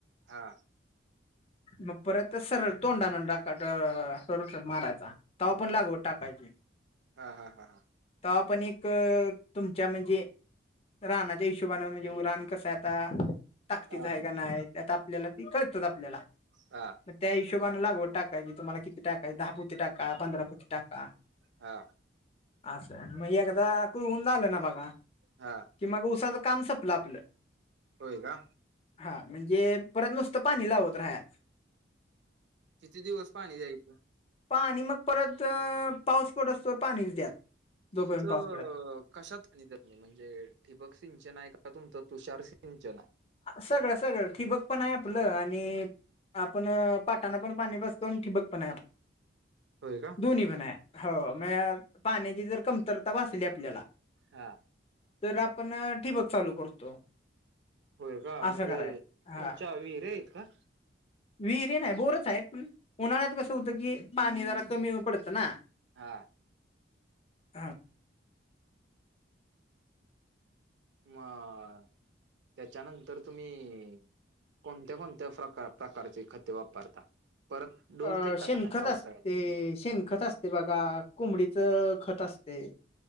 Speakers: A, on the right; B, on the left.
A: हा
B: मग परत सरळ तोंडानंडाकार रोटर मारायचा. तवा पण
A: हा
B: लागवड टाकायची.
A: हा हा हा हा.
B: तवा पण एक तुमच्या म्हणजे रानाच्या हिशोबानं म्हणजे रान कसाय आता. ताकतीचं
A: हा.
B: हाय का नाय ते आता आपल्याला ती कळतच आपल्याला.
A: हां.
B: म त्या हिशोबानं लागवड टाकायची तुम्हाला किती टाकाय दहा पोती टाका पंदरा पोती टाका.
A: हा.
B: असंन म एकदा कुळवुन झालं ना बघा
A: हा.
B: कि मग उसाचं काम संपलं आपलं.
A: होय का?
B: हा म्हणजे परत नुसतं पाणी लावत र्हाया.
A: किती दिवस पाणी द्यायचं?
B: पाणी मग परत पाऊस पडस तवर पाणीच द्या. जोपर्यंत
A: तुमचं
B: पाऊस पडत
A: कशात आणि म्हणजे ठिबक सिंचनाय का, तुमचं तुषार सिंचनाय?
B: सगळं सगळं ठिबक पण हाय आपलं आणि आपण पाटानं पण पाणी पाजतो आणि ठिबक पण हाय आप
A: व्हय का?
B: दोन्हीपण हाय हो मे पाण्याची जर कमतरता भासली आपल्याला
A: हा
B: तर आपण ठिबक चालू करतो.
A: होय.. का, म्हणजे..
B: असं करायचं हा
A: तुमच्या व्हिरी आहेत का?
B: विहिरी नाय, बोरच हाय.. पण उन्हाळ्यात कसं होतं की.. पाणी जरा कमी पडतं ना
A: हा
B: हा
A: मा... आ त्याच्यानंतर तुम्ही कोणत्या- कोणत्या प्रका.. प्रकारचे खते वापरता, परत डोस
B: अ..
A: देता
B: शेणखत
A: का नाही पावसाळ्यात
B: असतेय, शेणखत असते बघा कोबडीचं खत असतय.